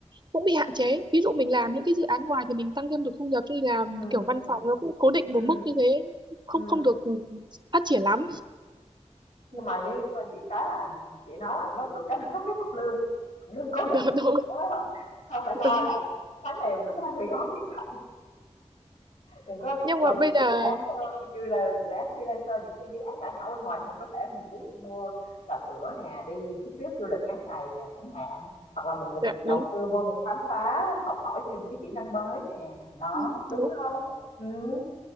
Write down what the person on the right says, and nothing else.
cũng bị hạn chế ví dụ mình làm những cái dự án ngoài thì mình tăng thêm được thu nhập cho nên là
kiểu văn
phòng nó cũng cố định một
mức như thế không
không được phát triển lắm
Ừ.
đúng đúng
đúng
nhưng
mà bây
giờ
dạ,
đúng
ừ,
đúng
đúng.